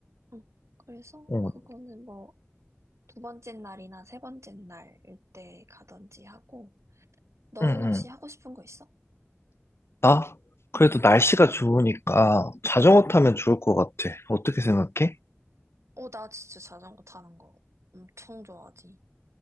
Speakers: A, on the right (about 85°); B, on the left (about 60°).
A: 응. 그래서
B: 응,
A: 그거는 뭐 두 번째 날이나 세 번째 날일 때 가든지 하고, 너는
B: 응, 응.
A: 혹시 하고 싶은 거 있어?
B: 나? 그래도 날씨가 좋으니까 자전거 타면
A: 응,
B: 좋을 것 같아. 어떻게 생각해?
A: 어, 나 진짜 자전거 타는 거 엄청 좋아하지.